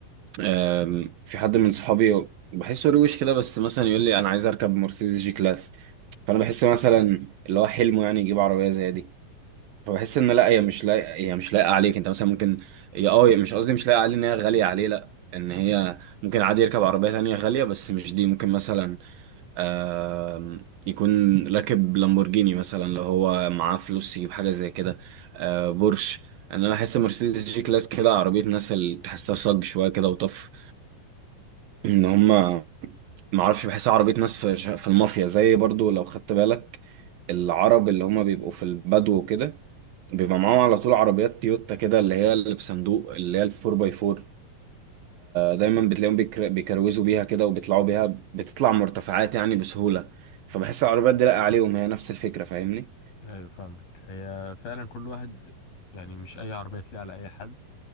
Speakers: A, on the right; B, on the left.
A: آم، في حد من صحابي بحسه روش كده بس مثلا يقول لي انا عايز اركب مرسيدس جي كلاس فانا بحس مثلا اللي هو حلمه يعني يجيب عربيه زي دي فبحس ان لا هي مش لايقه هي مش لايقه عليك انت مثلا ممكن يا اه مش قصدي مش لايقه عليه ان هي غاليه عليه لا ان هي ممكن عادي يركب عربيه تانية غاليه بس مش دي ممكن مثلا آم، يكون راكب لامبورجيني مثلا لو هو معاه فلوس يجيب حاجة زي كده آه، بورش انا أنا بحس مرسيدس جي كلاس كده عربية ناس اللي تحسها صج شوية كده وطف ان هما معرفش بحسها عربية ناس في ش- في المافيا زي برضو لو خدت بالك العرب اللي هما بيبقوا في البدو وكده بيبقى معاهم على طول عربيات تويوتا كده اللي هي اللي بصندوق اللي هي الفور باي فور دايما بتلاقيهم بيكر- بيكروزوا بيها كده وبيطلعوا بيها بتطلع مرتفعات يعني بسهولة فبحس العربيات دي لاقى عليهم هي نفس الفكرة فاهمني
B: ايوه فاهمك هي فعلا كل واحد يعني مش اي عربيه تلاقي على اي حد